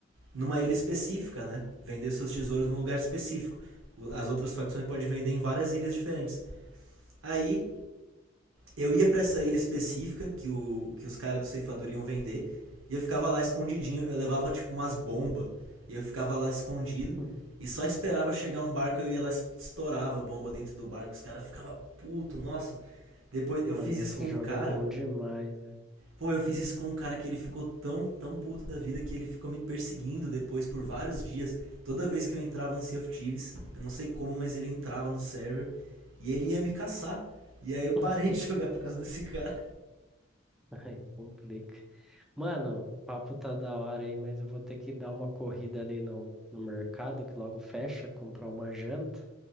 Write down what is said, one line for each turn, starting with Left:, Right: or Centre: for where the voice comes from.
Right: numa ilha específica, né? Vender seus tesouros num lugar específico. As outras facções podem vender em várias ilhas diferentes. Aí eu ia para essa ilha específica que, o, que os caras do ceifador iam vender. E eu ficava lá escondidinho. Eu levava tipo umas bombas. E eu ficava lá escondido.
Centre: <laughs>
Right: E só esperava chegar um barco, eu ia lá estourava a bomba dentro do barco. Os caras ficavam puto, nossa. Depois eu
Centre: Mano,
Right: fiz isso
Centre: esse
Right: com
Centre: jogo
Right: um cara.
Centre: é bom demais, né?
Right: Pô, eu fiz isso com um cara que ele ficou tão, tão puto da vida que ele ficou me perseguindo depois por vários dias. Toda vez que eu entrava no Sea of Thieves, eu não sei como, mas ele entrava no server e ele ia me caçar. E aí eu parei
Centre: <laughs>
Right: de <laughs> jogar por causa desse cara.
Centre: Ai, complica. Mano, o papo tá da hora aí, mas eu vou ter que dar uma corrida ali no, no mercado, que logo fecha, comprar uma janta.